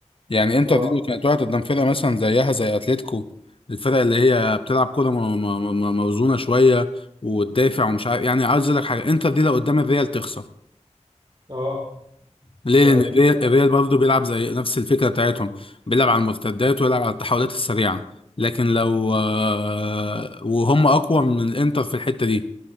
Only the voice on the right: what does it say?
اه
اه
ده
اكيد